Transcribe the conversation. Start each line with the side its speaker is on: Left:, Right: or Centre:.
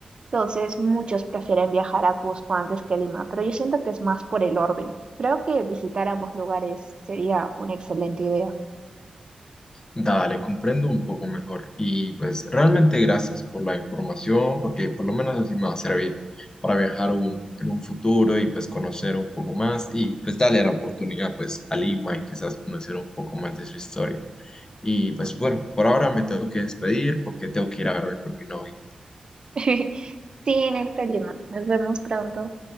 Right: Entonces, muchos prefieren viajar a Cusco antes que a Lima, pero yo siento que es más por el orden. Creo que visitar ambos lugares sería una excelente idea.
Left: Dale, comprendo un poco mejor. Y pues realmente gracias por la información, porque por lo menos así me va a servir para viajar un- en un futuro y pues conocer un poco más y pues darle la oportunidad pues a Lima y quizás conocer un poco más de su historia. Y pues bueno, por ahora me tengo que despedir porque tengo que ir a grabar con mi novia.
Right: <laughs> Sí, en hay Lima. Nos vemos pronto.